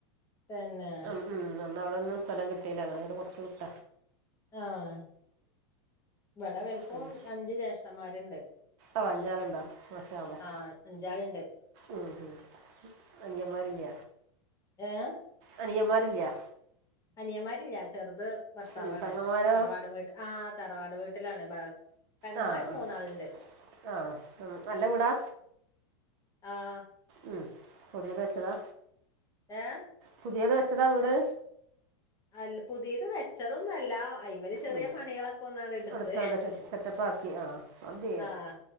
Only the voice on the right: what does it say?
മം അന്ന് അവിടൊന്നും സ്ഥലം കിട്ടീല അങ്ങനെ ഇങ്ങട് കുറച്ച് വിട്ട
പിന്നെ
ഓഹ് അഞ്ചാള്ണ്ടോ മാഷാ അല്ലാഹ്
ഉം ഉം അനിയന്മാരില്ല
അനിയന്മാര് ഇല്ല
ഉം പെങ്ങന്മാരോ
ആഹ ആഹ്
ആഹ ഉം നല്ല വീടാ
ഉം പുത്യേത് വെച്ചതാ
പുത്യേത് വെച്ചതാ വീട്
ഉം
എടുത്താണ്ട് സെറ്റപ്പാക്കി ആഹ് മതി